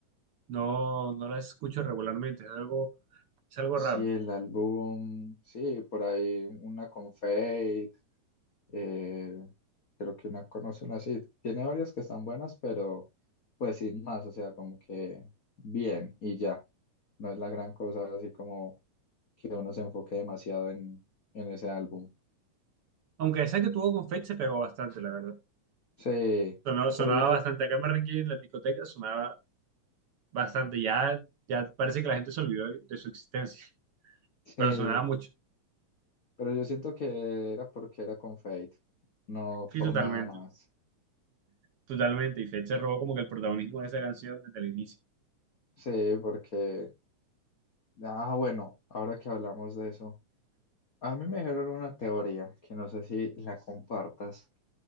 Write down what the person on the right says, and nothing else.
no, no las escucho regularmente, es algo, es algo
raro.
Aunque esa que tuvo con Fate se pegó bastante, la verdad.
Sonaba, sonaba
bastante. Acá en Barranquilla, en la discoteca, sonaba bastante. Ya, ya parece que la gente se olvidó de, de su existencia,
pero sonaba mucho.
Sí,
totalmente.
Totalmente. Y Fate se robó como que el protagonismo de esa canción desde el inicio.